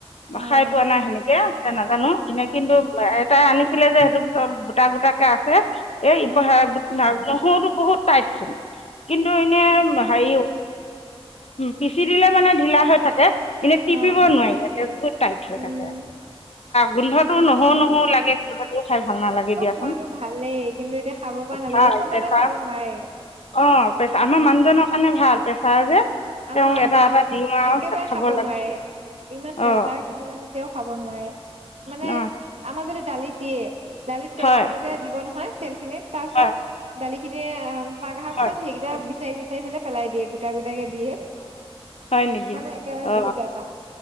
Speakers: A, on the right; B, on the left.
A: অ',
B: খাই পোৱা নাই সেনেকে। নাজানো এনেই কিন্তু এটাই আনিছিলে যে সেইটো চব গোটা-গোটাকে আছে। এই একো
A: অ',
B: নহৰুতো বহুত টাইট চোন, কিন্তু এনে হেৰি পিচি দিলে মানে ঢিলা হৈ থাকে, এনেই টিপিব
A: অ', অ',
B: নোৱাৰি এনে। তাইত হৈ
A: উম।
B: থাকে। গোন্ধটো নহৰু- নহৰু লাগে গোন্ধটোও খাই ভাল নালাগে দিয়া।
A: খোৱাতটো ভালেই। কিন্তু এতিয়া খাব পৰা নাযায়
B: ভাল
A: চব
B: প্ৰেছাৰ
A: মানুহে খাব নোৱাৰে।
B: অ', পেছা আমাৰ মানুহজনৰ কাৰণে ভাল পেছাৰ যে। তেওঁক
A: আমাৰ আমা,
B: এটা এটা দিওঁ আৰু
A: একেবাৰে
B: ভাত
A: খাব
B: লাগে
A: নোৱাৰে, ইমান
B: অ
A: প্ৰেছাৰ কিন্তু মানে তেওঁ খাব নোৱাৰে, মানে
B: অ
A: আমাৰ যদি দালিত দিয়ে দালিত তেল
B: হয়
A: মাৰো দিব নহয় তেল খিনি, তাৰ পিছত
B: হয়
A: দালি খিনি অ', পাগা আৰ
B: হয়
A: পিছত সেইকেইটা বিচাৰি চাই পেলাই দিয়ে গোটা গোটাকে দিয়ে।
B: হয় নেকি,
A: মানে একেবাৰে
B: অ'।
A: বহুত বেয়া